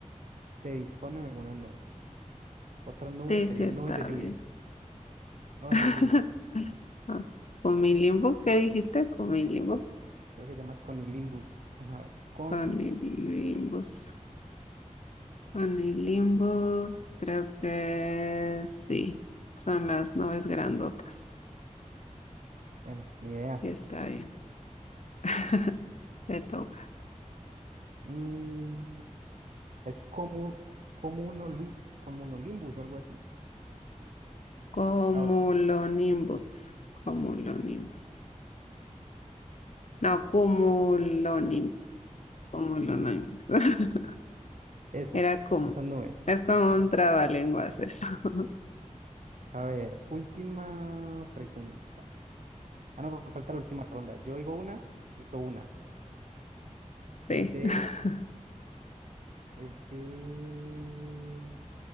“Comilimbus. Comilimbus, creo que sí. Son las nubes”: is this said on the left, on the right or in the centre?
Left